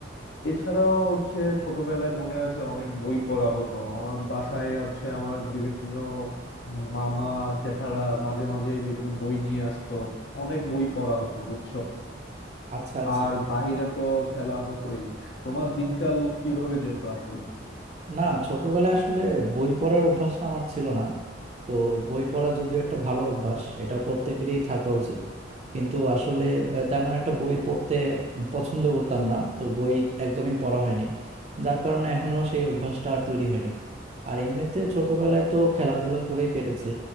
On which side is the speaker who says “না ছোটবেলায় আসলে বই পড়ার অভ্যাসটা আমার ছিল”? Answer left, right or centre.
Right